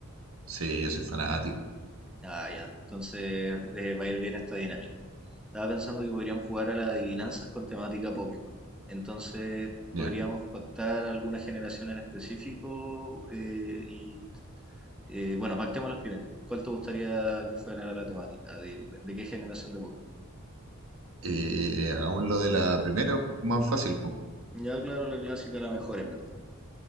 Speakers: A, on the right (about 75°); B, in the centre.
A: sí, yo soy fanático,
B: Ah, ya. Entonces eh, va a ir bien esta dinámica. Estaba pensando que podríamos jugar a las adivinanzas con temática Pokémon. Entonces
A: ¿ya?
B: podríamos pactar alguna generación en específico eh, y, eh, bueno, pactémoslas primero. ¿Cuál te gustaría que fuera la temática? ¿De, de qué generación de Pokémon?
A: Eh, hagamos lo de la primera, más fácil, pues,
B: Ya, claro, la clásica, la mejor en verdad.